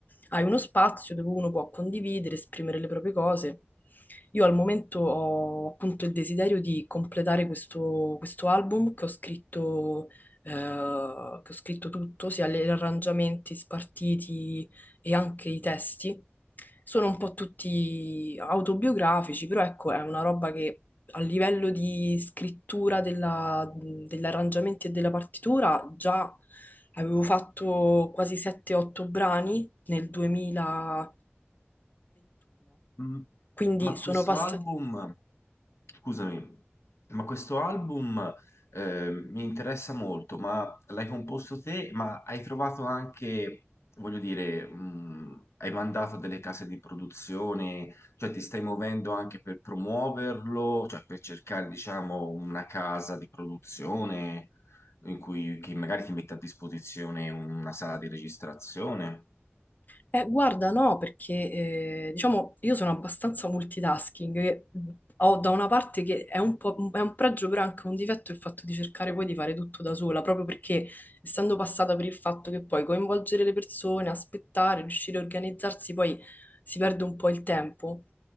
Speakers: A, on the left; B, on the left.
A: hai uno spazio dove uno può condividere, esprimere le proprie cose. Io al momento ho appunto il desiderio di completare questo, questo album che ho scritto, eh, che ho scritto tutto, sia gli arrangiamenti spartiti e anche i testi. Sono un po' tutti autobiografici, però ecco, è una roba che a livello di scrittura della- degli arrangiamenti e della partitura, già avevo fatto quasi 7-8 brani nel 2021,
B: Mm,
A: quindi
B: Ma
A: sono
B: questo
A: passati
B: album, scusami, ma questo album eh, mi interessa molto, ma l'hai composto te, ma hai trovato anche, voglio dire, mm, hai mandato a delle case di produzione, cioè ti stai muovendo anche per promuoverlo, cioè per cercare, diciamo, una casa di produzione in cui che magari ti mette a disposizione una sala di registrazione.
A: Eh, guarda, no, perché eh, diciamo io sono abbastanza multitasking, e ho da una parte che è un po', è un pregio, però è anche un difetto il fatto di cercare poi di fare tutto da sola, proprio perché essendo passata per il fatto che poi coinvolgere le persone, aspettare, riuscire a organizzarsi, poi si perde un po' il tempo.